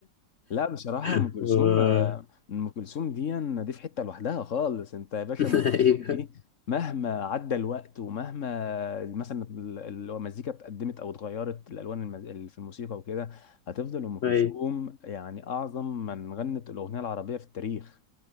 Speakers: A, on the left (about 45°); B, on the left (about 75°).
A: لا بصراحة
B: <laughs>
A: أم كلثوم
B: و-
A: آه، أم كلثوم دي دي في حتة لوحدها خالص أنت يا باشا
B: <laughs>
A: أم كلثوم
B: أيوه
A: دي مهما عدى الوقت ومهما مثلا ال- ال- المزيكا اتقدمت أو اتغيرت الألوان الم- ال- في الموسيقى وكده هتفضل أم كلثوم
B: أيوه
A: يعني أعظم من غنت الأغنية العربية في التاريخ